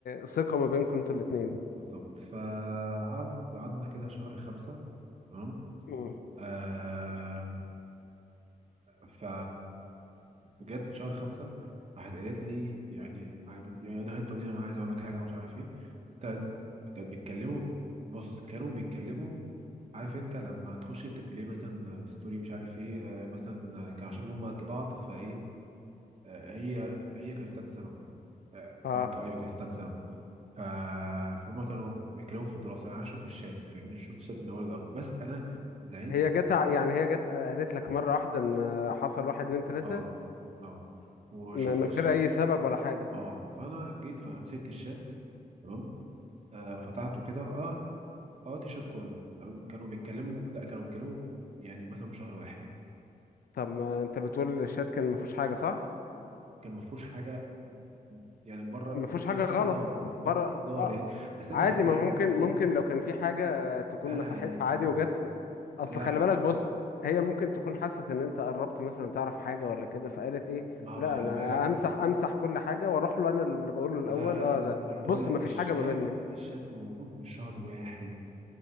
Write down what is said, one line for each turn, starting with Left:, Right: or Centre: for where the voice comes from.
Left: ثقة ما بينكم انتوا الاتنين
Right: بالظبط فقعد قعدنا كده شهر خمسة تمام
Left: مم.
Right: آه ف بجد شهر خمسة راحت قالت لي يعني يعني دخلت تقول لي انا عايز اقول لك حاجه ومش عارف ايه كانت كانت بيتكلموا بص كانوا بيتكلموا عارف انت لما تخش تبليه مثلا بستوري مش عارف ايه آه مثلا كان عشان هم قد بعض فايه آه هي هي كانت في ثالثه ثانوي اه
Left: اه
Right: آه، ك- ايوه كانت في ثالثه ثانوي ف... فهم كانوا بيتكلموا في الدراسه يعني انا شفت الشات فاهمني شفت الشات من اول لاخر بس انا زعلت
Left: هي جت ع- يعني هي جت آه، قالت لك مرة واحدة ان حصل واحد اتنين تلاتة
Right: اه اه وشفتش
Left: م- من غير اي سبب ولا حاجة
Right: اه فانا جيت فمسكت الشات تمام آه فتحته كده اه اه الشات كله تمام كانوا بيتكلموا لا كانوا بيتكلموا يعني مثلا شهر واحد
Left: طب ما انت بتقول الشات كان ما فيهوش حاجة صح
Right: كان ما فيهوش حاجه يعني بره
Left: ما
Right: ب-
Left: فيهوش حاجة
Right: بس
Left: غلط
Right: في هزار آه، بس
Left: بره
Right: في هزار
Left: اه
Right: يعني بس انا
Left: عادي
Right: قايل
Left: ما
Right: لها
Left: ممكن
Right: بس
Left: ممكن
Right: انا
Left: لو كان في حاجة تكون
Right: انا
Left: مساحتها
Right: قايل
Left: عادي وجت اصل
Right: لا
Left: خلي
Right: لا
Left: بالك بص هي ممكن تكون حست ان انت قربت مثلا تعرف حاجة ولا كده فقالت ايه
Right: ما هو
Left: لا
Right: خلي
Left: انا
Right: بالك
Left: امسح امسح كل حاجة واروح له انا اللي بقول له الاول
Right: لا لا
Left: اه
Right: لا
Left: ده
Right: ما انا بقول
Left: بص
Right: لك
Left: ما
Right: الشات
Left: فيش حاجة ما بيننا
Right: الشات موجود من شهر واحد